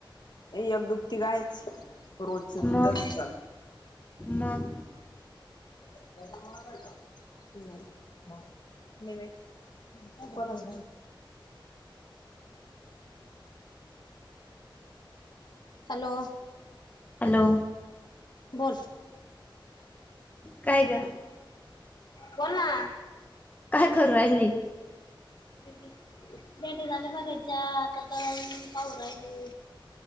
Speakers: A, on the left; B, on the left.
A: एक दुभती गाय रोजच दुधच
B: मग
A: हाय चालू.
B: मग
A: <unintelligible> नाही माहीती. कोणाच? हॅलो.
B: हॅलो,
A: बोल
B: काय ग?
A: बोल ना.
B: काय करू राहिली?
A: <unintelligible> झाले करायच्या आता दळण पाहू राहिली.